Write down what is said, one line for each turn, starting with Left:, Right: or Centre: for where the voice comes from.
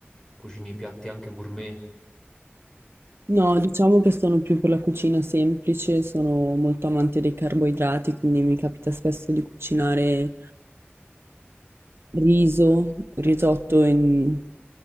Left: cucini piatti anche gourmet.
Right: No, diciamo che sono più per la cucina semplice, sono molto amante dei carboidrati, quindi mi capita spesso di cucinare riso, risotto in-